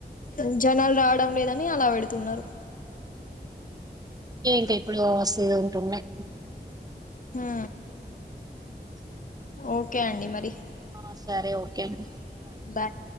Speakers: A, on the left; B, on the right.
A: ఉ జనాలు రావడం లేదని అలా పెడుతున్నారు.
B: ఏంటి ఎప్పుడు <unintelligible> టున్నాయి.
A: హా ఓకే అండి మరి
B: ఆ సరే ఓకే అన్
A: బాయ్